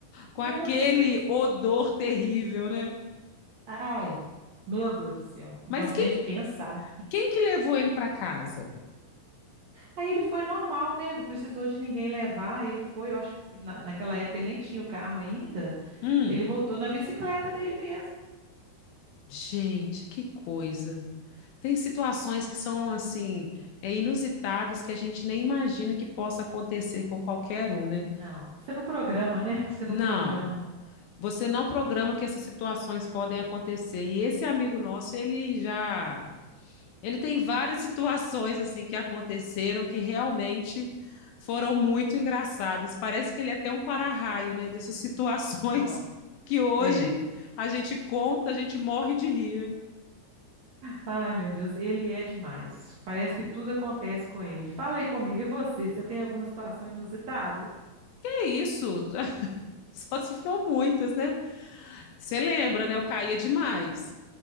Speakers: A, on the left (about 75°); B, on the right (about 60°).
A: com
B: Meu
A: aquele
B: Deus do céu.
A: odor terrível, né?
B: Ai, meu Deus do céu. Não
A: Mas
B: gosto
A: quem,
B: nem de pensar.
A: quem que levou ele para casa?
B: Aí ele foi normal, né? Não precisou de ninguém levar. Ele foi, eu acho que na- naquela época ele nem tinha o carro ainda.
A: Hum,
B: Ele voltou na bicicleta dele mesmo.
A: gente, que coisa. Tem situações que são assim, é, inusitadas que a gente nem imagina que possa acontecer com qualquer um, né?
B: Não, que você não programa, né? <laughs> Que você
A: Não,
B: não programa.
A: você não programa que essas situações podem acontecer. E esse amigo nosso, ele já Ele tem várias situações assim que aconteceram que realmente foram muito engraçadas. Parece que ele é até um para-raio, né, dessas <laughs> situações
B: Não.
A: que hoje
B: É.
A: a gente conta, a gente morre de rir, né?
B: Ai, meu Deus, ele é demais. Parece que tudo acontece com ele. Fala aí comigo, e você? Você tem alguma situação inusitada?
A: É isso, <laughs> só se for muitas, né? Você lembra, né? Eu caía demais.